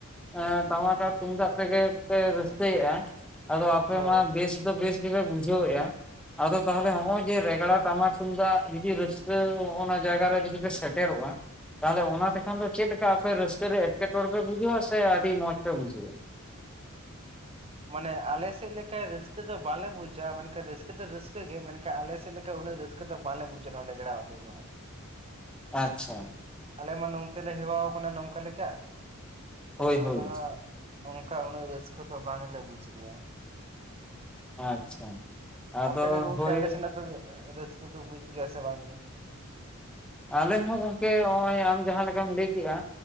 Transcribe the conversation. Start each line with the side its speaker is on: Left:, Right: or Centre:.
Centre: ᱮ ᱴᱟᱢᱟᱠ ᱟᱨ ᱛᱩᱢᱫᱟᱜ ᱛᱮᱜᱮ ᱯᱮ ᱨᱟᱹᱥᱠᱟᱹᱭᱮᱼᱟ ᱾? ᱟᱫᱚ ᱟᱯᱮ
Right: ᱦᱳᱭ
Centre: ᱢᱟ ᱵᱮᱥ ᱫᱚ ᱵᱮᱥ ᱜᱮᱯᱮ ᱵᱩᱡᱷᱟᱹᱣᱮᱜᱼᱟ ᱾ ᱟᱫᱚ ᱛᱟᱦᱚᱞᱮ
Right: ᱦᱮᱸ
Centre: ᱦᱚᱜᱼᱚᱭ ᱡᱮ ᱨᱮᱜᱽᱲᱟ ᱴᱟᱢᱟᱠ ᱛᱩᱢᱫᱟᱜ ᱡᱩᱫᱤ ᱨᱟᱹᱥᱠᱟᱹ ᱚᱱᱟ ᱡᱟᱭᱜᱟ ᱨᱮ ᱡᱩᱫᱤ ᱯᱮ ᱥᱮᱴᱮᱨᱚᱜᱼᱟ ᱾ ᱛᱟᱦᱚᱞᱮ ᱚᱱᱟᱛᱮ ᱪᱮᱫ ᱞᱮᱠᱟ ᱟᱯᱮ ᱨᱟᱹᱥᱠᱟᱹ ᱨᱮ, ᱮᱴᱠᱮᱴᱚᱬᱮ ᱯᱮ ᱵᱩᱡᱷᱟᱹᱣᱟ ᱥᱮ ᱟᱹᱰᱤ ᱢᱚᱸᱡᱽ ᱯᱮ ᱵᱩᱡᱷᱟᱹᱣᱟ?
Right: ᱢᱟᱱᱮ ᱟᱞᱮ ᱥᱮᱫ ᱞᱮᱠᱟ ᱨᱟᱹᱥᱠᱟᱹ ᱫᱚ ᱵᱟᱞᱮ ᱵᱩᱡᱟ ᱾ ᱢᱮᱱᱠᱷᱟᱱ ᱨᱟᱹᱥᱠᱟᱹ ᱫᱚ ᱨᱟᱹᱥᱠᱟᱹ ᱜᱮ ᱢᱮᱱᱠᱷᱟᱱ ᱼᱼ ᱟᱞᱮᱥᱮᱠ ᱞᱮᱠᱟ ᱩᱱᱟᱹᱜ ᱨᱟᱹᱥᱠᱟᱹ ᱫᱚ ᱵᱟᱞᱮ ᱵᱩᱡᱟ ᱾ ᱱᱚᱣᱟ ᱨᱮᱜᱲᱟ ᱟᱛᱮᱫ ᱫᱚ ᱦᱟᱸᱜ ᱾
Centre: ᱟᱪᱪᱷᱟ
Right: ᱟᱞᱮ ᱢᱟ ᱱᱚᱱᱛᱮ ᱞᱮ ᱦᱮᱣᱟ ᱠᱟᱱᱟ ᱱᱚᱝᱠᱟ ᱞᱮᱠᱟ ᱾ ᱛᱚ
Centre: ᱦᱳᱭ
Right: ᱚᱱᱟ
Centre: ᱦᱳᱭ
Right: ᱫᱚ ᱦᱟᱸᱜ ᱚᱱᱠᱟ ᱩᱱᱟᱹᱜ ᱨᱟᱹᱥᱠᱟᱹ ᱫᱚ ᱵᱟᱝᱞᱮ ᱵᱩᱡᱽ ᱜᱮᱭᱟ ᱾
Centre: ᱟᱪᱪᱷᱟ ᱟᱫᱚ
Right: ᱟᱯᱮ ᱜᱮ ᱜᱚᱝᱠᱮ
Centre: ᱦᱳᱭ
Right: ᱟᱞᱮᱥᱮᱱᱟᱜ ᱯᱮ ᱨᱟᱥᱠ ᱛᱯᱮ ᱵᱩᱡ ᱜᱮᱭᱟ ᱥᱮ ᱵᱟᱝᱜᱤ ᱾?
Centre: ᱟᱞᱮ ᱦᱚᱸ ᱜᱚᱝᱠᱮ ᱱᱚᱜ ᱚᱭ ᱟᱢ ᱡᱟᱦᱟᱸ ᱞᱮᱠᱟᱢ ᱞᱟᱹᱭ ᱠᱮᱜᱼᱟ,